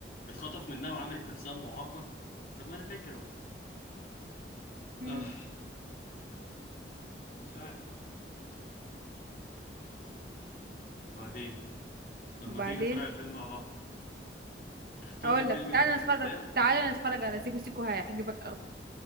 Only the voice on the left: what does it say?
اتخطف منها وعملت نفسها معاقة طب ما انا فاكر اهو
آه مش عارف وبعدين طب
ما تيجي نتفرج على الفيلم مع بعض اختاري
الفيلم
اللي
انت عايزاه